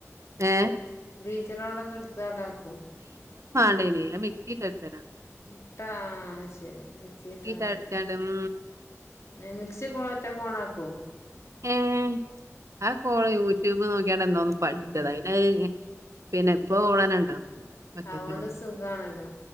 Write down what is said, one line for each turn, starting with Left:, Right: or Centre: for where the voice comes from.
Right: ഏ
Left: ബീറ്ററോളോക്കെ ഇവിടുത്തണ്ടാക്കും
Right: അയിന് അ മിക്സീട്ടെടിച്ചേന
Left: മുട്ട ആഹ് അയ്ശരി മിക്സിട്ടാണ്ടെ
Right: മിക്സിട്ട് അടിച്ചാണ്ട് ഉം
Left: ഏ മിക്സിക്കെ ഓറ്റക്കോണാക്കോ
Right: എയ്ന്ന് അയ് ഒക്കെ ഓൾ യൂട്യൂബ് നോക്കിയാണ്ട് എന്നോന്ന്
Left: ഏഹ്
Right: പഠിച്ചെതാ പിന്നെ അയ് പിന്നെ ഇപ്പ ഓളെന്നെ ഇണ്ടാക്കും ഒറ്റക്കെന്നെ
Left: അതുകൊണ്ട് സുഖാണല്ലോ.